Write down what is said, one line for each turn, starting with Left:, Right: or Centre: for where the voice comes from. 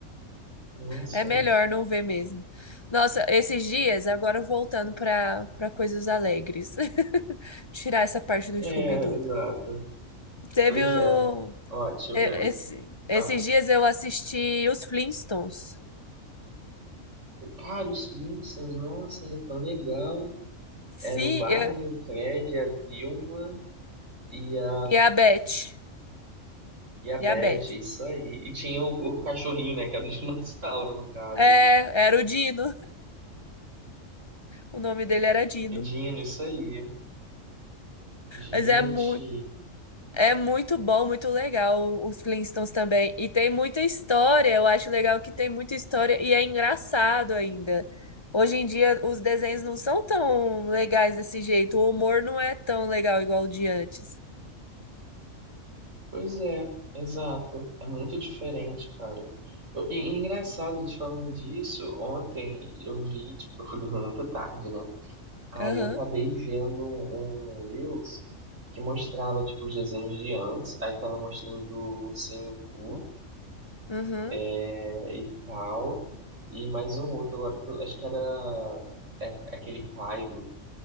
Right: Nossa.
Left: É melhor não ver mesmo. Nossa, esses dias, agora voltando para para coisas alegres. <laughs> Tirar essa parte do
Right: É,
Left: Scooby-Doo.
Right: exato.
Left: Teve
Right: Pois
Left: um.
Right: é. Ó, deixa
Left: e-
Right: eu ver.
Left: esse- esses
Right: Ah,
Left: dias eu assisti os Flintstones.
Right: cara, os Flintstones, nossa, era tão legal. Era
Left: Fia
Right: o Barney, o Fred, a Vilma e a,
Left: e a Beth.
Right: e a Beth,
Left: E a Beth.
Right: é isso aí. E tinha o, o cachorrinho, né? Que era o <laughs> dinossauro, no caso.
Left: É, era o Dino. O nome dele era Dino.
Right: E Dino, isso aí. Gente.
Left: Mas é, muito é muito bom, muito legal os Flintstones também. E tem muita história. Eu acho legal que tem muita história e é engraçado ainda. Hoje em dia os desenhos não são tão legais desse jeito. O humor não é tão legal igual o de antes.
Right: Pois é, exato. É muito diferente, cara. Eu- E, e engraçado, a gente falando disso, ontem eu vi, tipo, <laughs> eu fui dormir muito tarde, né? Aí
Left: Aham.
Right: eu acabei vendo um Reels que mostrava, tipo, os desenhos de antes, aí tava mostrando do Ursinho Pooh
Left: Uhum.
Right: é, e tal, e mais um outro agora, que eu acho que era é, aquele Kylo,